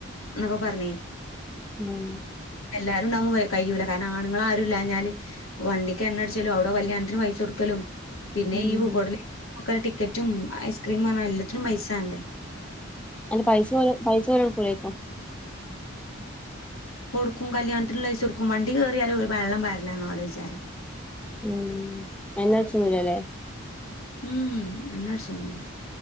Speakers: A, on the left; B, in the centre.
A: എന്നൊക്കെ പറ
B: ഉം
A: എല്ലാരും ഉണ്ടാവുമ്പോ കഴിയൂല്ല കാരണം ആണുങ്ങൾ ആരു ഇല്ലാ ഞാല് വണ്ടിക്ക് എണ്ണ അടിച്ചലും അവിടെ കല്യാണത്തിന് പൈസ കൊടുക്കലും പിന്നെ
B: ഉം
A: ഈ മക്കൾടെ ടിക്കറ്റും ഐസ്ക്രീം പറഞ്ഞാ എല്ലാത്തിനും പൈസവേണ്ടേ
B: അല്ല പൈസ <unintelligible> പൈസ <unintelligible>
A: കൊടുക്കും കല്യാണത്തിനുള്ള പൈസ കൊടുക്കും വണ്ടി കയറിയാലും വെള്ളം വരില്ല എന്ന പോല വിചാരം
B: ഉ <unintelligible>
A: ഉം എണ്ണ അടിച്ചൊന്നുല്ല